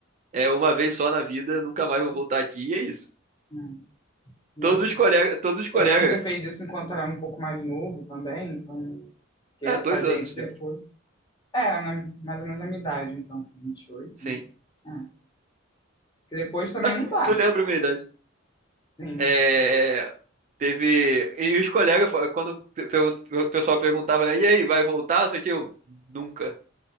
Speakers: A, on the right; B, on the left.
A: É uma vez só na vida, nunca mais vou voltar aqui, e é isso.
B: É, e
A: Todos
B: é isso.
A: os colegas, todos os
B: Pelo
A: colegas,
B: menos você fez isso enquanto era um pouco mais novo também, então, porque
A: é, dois
B: fazer
A: anos,
B: isso
A: tipo,
B: depois. É, né, mais ou menos a minha idade, então, com 28,
A: sim.
B: né? É. Que depois também
A: Ah,
B: não dá,
A: Tu lembra a minha idade?
B: sim.
A: É, teve, e os colegas, fa- quando pe- pergun- o pessoal perguntava, né, e aí, vai voltar? Não sei o que, eu, nunca.